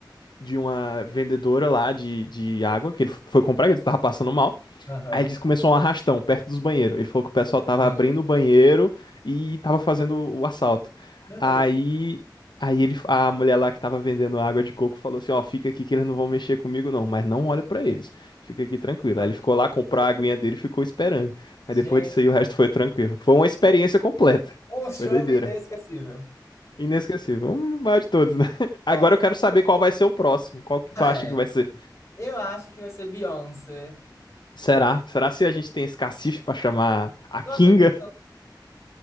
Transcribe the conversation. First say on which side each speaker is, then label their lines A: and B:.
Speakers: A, on the left; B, on the left.
A: De uma vendedora lá de, de água que ele foi comprar, que ele estava passando mal.
B: Aham.
A: Aí ele disse que começou um arrastão perto dos banheiros. Ele falou que o pessoal tava
B: Não.
A: abrindo o banheiro e tava fazendo o assalto.
B: Meu Deus.
A: Aí, aí ele, a mulher lá que tava vendendo água de coco falou assim: Ó, fica aqui que eles não vão mexer comigo não, mas não olha pra eles. Fica
B: Passado.
A: aqui tranquilo. Aí ele ficou lá, comprou a aguinha dele e ficou esperando.
B: Gente,
A: Aí depois disso aí o resto foi tranquilo. Foi uma experiência completa.
B: um show
A: Foi doideira.
B: inesquecível.
A: Inesquecível. O maior de todos, né? <laughs> Agora
B: Nossa,
A: eu quero saber qual vai ser o próximo. Qual que tu
B: é.
A: acha que vai ser?
B: Eu acho que vai ser Beyoncé.
A: Será? Será se a gente tem esse cacife pra chamar a
B: Tu
A: Kinga?
B: acha que